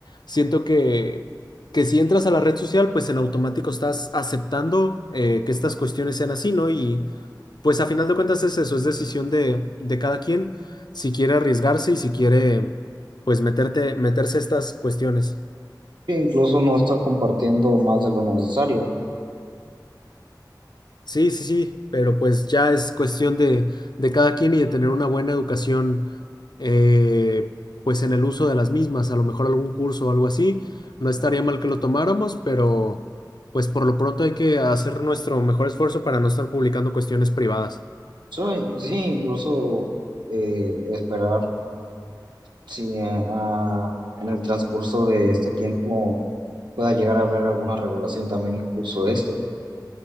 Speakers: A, on the left (about 70°); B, on the right (about 80°).
A: Siento que que si entras a la red social, pues en automático estás aceptando eh, que estas cuestiones sean así, ¿no? Y pues a final de cuentas es eso, es decisión de, de cada quien si quiere arriesgarse y si quiere, pues meterte, meterse a estas cuestiones.
B: E incluso no estar compartiendo más de lo necesario.
A: Sí, sí, sí, pero pues ya es cuestión de, de cada quien y de tener una buena educación, eh, pues en el uso de las mismas, a lo mejor algún curso o algo así, no estaría mal que lo tomáramos, pero pues por lo pronto hay que hacer nuestro mejor esfuerzo para no estar publicando cuestiones privadas.
B: So, sí, incluso eh, esperar si eh, ah, en el transcurso de este tiempo pueda llegar a haber alguna regulación también incluso de esto.